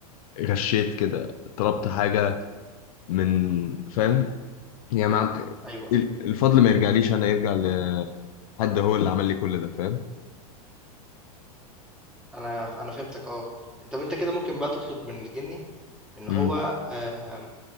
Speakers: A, on the left; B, in the centre.
A: غشيت كده طلبت حاجه من فاهم يعني مع...
B: ايوه
A: الفضل ما يرجعليش انا يرجع لحد هو اللي عمل لي كل ده فاهم
B: انا انا فهمتك اه طب انت كده ممكن بقى تطلب من الجني ان
A: مم.
B: هو آم،